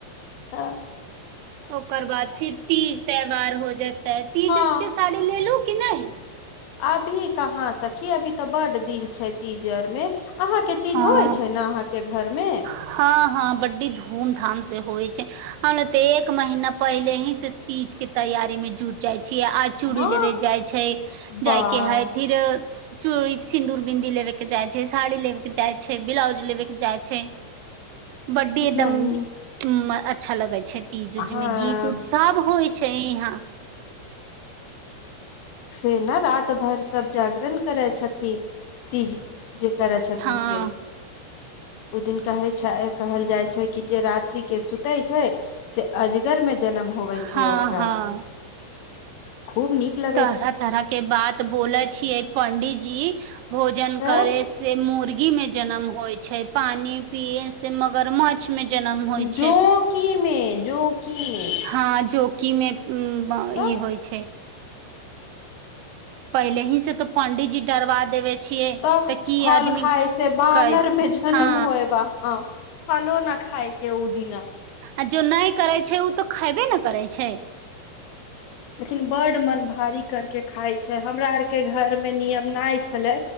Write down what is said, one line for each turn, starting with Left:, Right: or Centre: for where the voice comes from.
Left: तब
Right: ओकर बाद फिर तीज त्योहार हो जेतै तीज
Left: हँ
Right: उज के साड़ी लेलू की नय
Left: अभी कहाँ सखी अभी त बड दिन छै तीज आर मे अहाँ के तीज
Right: हँ
Left: होय छै ने अहाँके घर मे
Right: हँ हँ बड्डी धूम धाम से होय छै हम ल ते एक महीना पहिले ही से तीज के तैयारी मे जुट जाय छी आज चूड़ी
Left: हँ
Right: लेबे जाय छैय
Left: वाह
Right: जाइके हय फिरो चूड़ी सिन्दूर बिन्दी लेबे के जाय छैय साड़ी लेवे के जाय छैय ब्लाउज लेवे के जाय छैय बर्थ
Left: कितना
Right: डे एकदम
Left: नीक
Right: म अच्छा लगे छै तीज उज
Left: हँ
Right: में गीत उत सब होय छै ते ई हाँ
Left: से न रात भर सभ जागरण करय छथि तीज जे करै छथिन
Right: हँ
Left: से उ दिन कहै छै कहल जाइ छै कि जे रात्रि के सुतै छै से अजगर में जनम होवे छै
Right: हँ
Left: ओकरा
Right: हँ
Left: आर के खूब नीक ल
Right: तरह तरह के बात बोले छिये पंडी जी भोजन
Left: तऽ
Right: करे से मोरगी मे जनम होय छै पानी पिये से मगरमच्छ मे जनम होय
Left: जोकी
Right: छै
Left: मे जोकी मे
Right: हाँ जोंकी मे ऊं वा
Left: तऽ
Right: ई होइ छै पहिले ही से त पंडिजी डरबा देवे छियै
Left: त
Right: तऽ की
Left: फल
Right: आदमी
Left: खाय से बानर
Right: कै
Left: मे जनम
Right: हँ
Left: होय बा हँ फलो न खाए के उ दिना
Right: आ जो नय करे छै ओ त खेबे ने करै छै
Left: लेकिन बड्ड मन भारी करके खाइ छै हमरा आरके घरमे नियम नय छलै